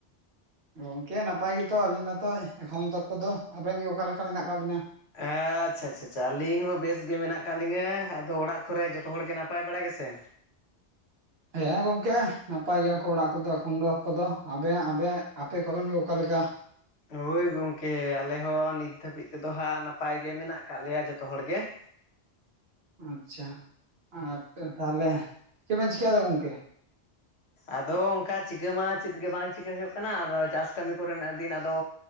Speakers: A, on the right; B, on the left.
A: ᱜᱚᱝᱠᱮ ᱱᱟᱯᱟᱭ ᱜᱮᱛᱚ ᱟᱹᱞᱤᱧ ᱢᱟᱛᱚ ᱮᱠᱷᱚᱱ ᱛᱚᱠᱠᱚ ᱫᱚ ᱟᱵᱮᱱ ᱜᱮ ᱚᱠᱟ ᱞᱮᱠᱟ ᱢᱮᱱᱟᱜ ᱟᱠᱟᱜ ᱵᱤᱱᱟ?
B: ᱟᱪᱪᱷᱟ ᱟᱪᱟ ᱪᱷᱟ ᱟᱹᱞᱤᱧ ᱦᱚᱸ ᱵᱮᱥ ᱜᱮ ᱢᱮᱱᱟᱜ ᱟᱠᱟᱫ ᱞᱤᱧᱟᱹ ᱟᱫᱚ ᱚᱲᱟᱜ ᱚᱠᱷᱚᱨᱮ ᱡᱚᱛᱚ ᱦᱚᱲ ᱜᱮ ᱱᱟᱯᱟᱭ ᱵᱟᱲᱟᱭ ᱜᱮ ᱥᱮ
A: ᱦᱮᱸ ᱜᱚᱝᱠᱮ ᱱᱟᱯᱟᱭ ᱜᱮᱭᱟ ᱠᱚ ᱚᱲᱟᱜ ᱠᱚᱫᱚ ᱮᱠᱷᱚᱱ ᱫᱚ ᱟᱠᱚᱫᱚ ᱾ᱟᱵᱮ ᱟᱵᱮ ᱟᱯᱮ ᱠᱚᱨᱮᱱ ᱜᱮ ᱚᱠᱟᱮ ᱞᱮᱠᱟ?
B: ᱦᱳᱭ ᱜᱚᱝᱠᱮ ᱟᱞᱮ ᱦᱚᱸ ᱱᱤᱛ ᱫᱷᱟᱹᱵᱤᱡ ᱛᱮᱫᱚ ᱦᱟᱸᱜ ᱱᱟᱯᱟᱭ ᱜᱮ ᱢᱮᱱᱟᱜ ᱟᱠᱟᱜ ᱞᱮᱭᱟ ᱡᱚᱛᱚ ᱦᱚᱲᱜᱮ᱾ <inaudible>
A: ᱟᱪᱪᱷᱟ ᱟᱨ ᱛᱟᱦᱚᱞᱮ ᱪᱮᱫ ᱵᱮᱱ ᱪᱮᱤᱠᱟᱭ ᱫᱟ ᱜᱚᱝᱠᱮ?
B: ᱟᱫᱚ ᱚᱱᱠᱟ ᱪᱤᱠᱟᱹ ᱢᱟ ᱪᱮᱫ ᱜᱮ ᱵᱟᱝ ᱪᱤᱠᱟᱹ ᱦᱩᱭᱩᱜ ᱠᱟᱱᱟ ᱟᱫᱚ ᱪᱟᱥ ᱠᱟᱹᱢᱤ ᱠᱚᱨᱮᱱᱟᱜ ᱫᱤᱱ ᱟᱫᱚ